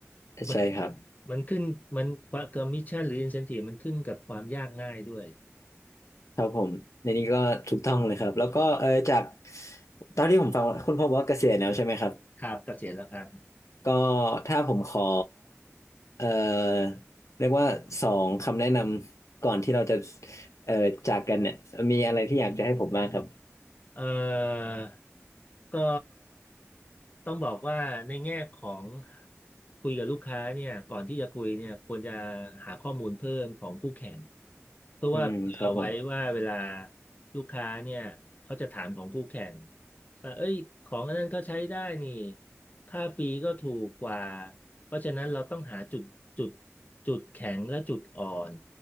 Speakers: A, on the left; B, on the left.
A: มัน
B: ใช่ครับ
A: มันขึ้นมันคอมมิชชั่นหรืออินเซนทีฟมันขึ้นกับความยากง่ายด้วย
B: ครับผมในนี้ก็ถูกต้องเลยครับแล้วก็เออจากตอนที่ผมฟังคุณพ่อบอกว่าเกษียณแล้วใช่ไหมครับ
A: ครับก็เสร็จแล้วครับ
B: ก็ถ้าผมขอเออเรียกว่าสองคำแนะนำก่อนที่เราจะเออจากกันเนี่ยมีอะไรที่อยากจะให้ผมบ้างครับ
A: เอ่อก็ต้องบอกว่าในแง่ของคุยกับลูกค้าเนี่ยก่อนที่จะคุยเนี่ยควรจะหาข้อมูลเพิ่มของคู่แข่ง เพื่อว่าเผื่อไว้ว่าเวลา
B: อืมครับผม
A: ลูกค้าเนี่ยเขาจะถามของคู่แข่งว่าเอ้ยของอันนั้นเขาใช้ได้นี่ค่าฟรีก็ถูกกว่าเพราะฉะนั้นเราต้องหาจุดจุดจุดแข็งและจุดอ่อน